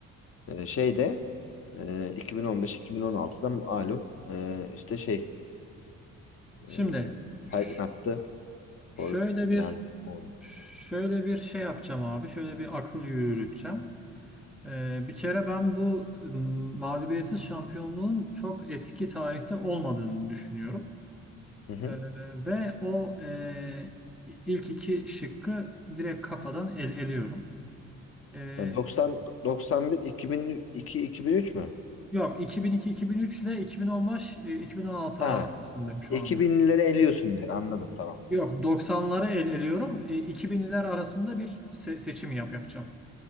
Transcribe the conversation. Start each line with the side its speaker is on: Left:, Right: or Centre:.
Left: E, şeyde e, 2015-2016'da malum e, işte şey
Centre: Şimdi
Left: e, Sergen
Centre: ş-
Left: attı.
Centre: şöyle
Left: Gol, o
Centre: bir
Left: geldi. O.
Centre: şöyle bir şey yapacağım abi. Şöyle bir akıl yürüteceğim. Ee, bir kere ben bu m, mağlubiyetsiz şampiyonluğun çok eski tarihte olmadığını düşünüyorum.
Left: Hı hı.
Centre: Ee, ve o e, ilk iki şıkkı direkt kafadan el eliyorum. Ee,
Left: Yani 90 91 2002 2003 mü?
Centre: yok 2002-2003 ile 2015-2016
Left: Ha.
Centre: arasındayım şu
Left: 2000'leri
Centre: anda.
Left: eliyorsun direkt anladım tamam.
Centre: Yok 90'ları el eliyorum. E, 2000'ler arasında bir se- seçim yap yapacağım.